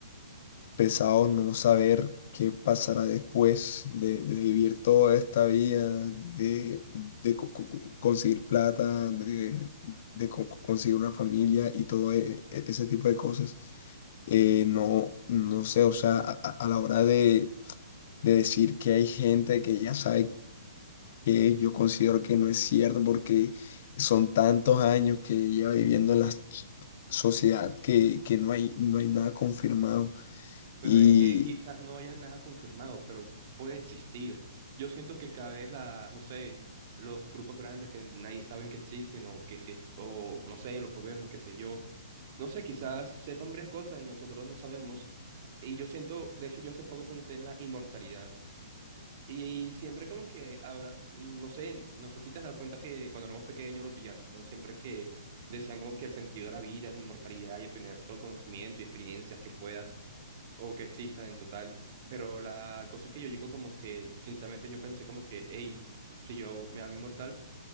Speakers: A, on the left; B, on the right.
A: pesado no saber qué pasará después de, de vivir toda esta vida, de, de co- co- conseguir plata, de, de co- co- conseguir una familia y todo e- e- ese tipo de cosas. Eh, no, no sé, o sea, a a- a la hora de de decir que hay gente que ya sabe que yo considero que no es cierto porque son tantos años que lleva viviendo en la ch- sociedad que, que no hay, no hay nada confirmado.
B: pero
A: Y,
B: es que quizás no haya nada confirmado, pero puede existir. Yo siento que cada vez la, no sé, los grupos grandes que nadie sabe que existen o que si, o no sé, los gobiernos, qué sé yo, no sé, quizás sepan varias cosas y nosotros no sabemos. Y yo siento, de hecho, yo hace poco pensé en la inmortalidad. Y, siempre como que ahora, no sé, no sé si te has dado cuenta que cuando éramos pequeños los villanos siempre que decían como que el sentido de la vida es la inmortalidad y obtener todo el conocimiento y experiencias que puedas. o que existan en total. Pero la cosa es que yo digo como que, sinceramente, yo pensé como que, hey, si yo me hago inmortal,